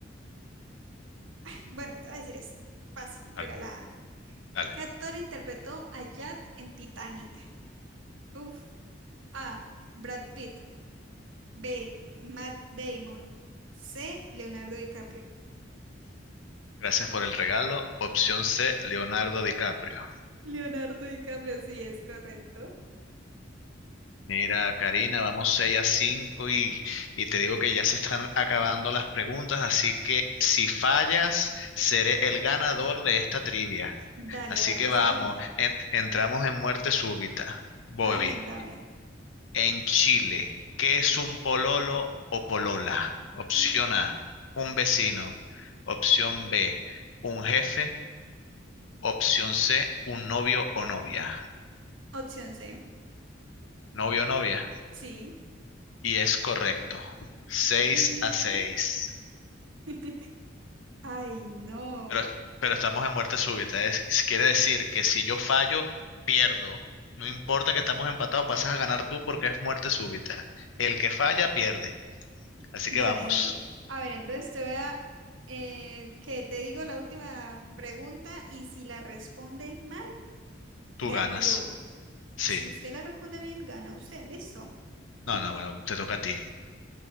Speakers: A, on the right; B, on the left.
A: Bueno, te voy a decir esta. Fácil,
B: Dale,
A: regalada.
B: dale.
A: ¿Qué actor interpretó a Jack en Titanic? Uf. A. Brad Pitt. B. Matt Damon. C. Leonardo DiCaprio.
B: Gracias por el regalo. Opción C, Leonardo DiCaprio.
A: Leonardo DiCaprio, sí, es correcto.
B: Mira, Karina, vamos 6 a 5 y, y te digo que ya se están acabando las preguntas, así que si fallas, seré el ganador de esta trivia.
A: Dale,
B: Así
A: dale,
B: que
A: está
B: vamos,
A: bien.
B: en- entramos en muerte súbita. Voy.
A: Está bien, dame.
B: En Chile, ¿qué es un pololo o polola? Opción
A: Mm,
B: A, un vecino. Opción B, un jefe. Opción C, un novio o novia.
A: opción C.
B: Novio o novia.
A: Sí.
B: Y es correcto. Seis
A: Mm,
B: a seis.
A: <laughs> Ay, no.
B: Pero, pero estamos en muerte súbita. Es, quiere decir que si yo fallo, pierdo. No importa que estamos empatados, pasas a ganar tú porque es muerte súbita. El que falla, pierde. Así
A: Dale,
B: que vamos,
A: dale. A ver, entonces te voy a... eh, que te digo la última pregunta y si la respondes mal,
B: tú
A: gano
B: ganas.
A: yo.
B: Sí.
A: Si usted la responde bien, gana usted. Listo.
B: No, no, bueno, te toca a ti.